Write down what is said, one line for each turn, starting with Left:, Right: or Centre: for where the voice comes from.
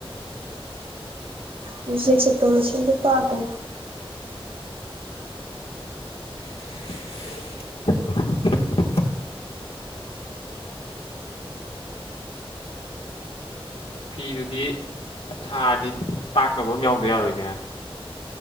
Right: ꯃ ꯁ ꯆꯄ ꯃꯁꯗ ꯄꯥꯗ
Left: <unintelligible> ꯐꯤꯗꯨꯗꯤ ꯁꯥꯔꯗꯤ ꯇꯥꯛꯅꯕ ꯑꯃ ꯌꯥꯎꯗꯗꯤ ꯌꯥꯔꯣꯏꯅꯦ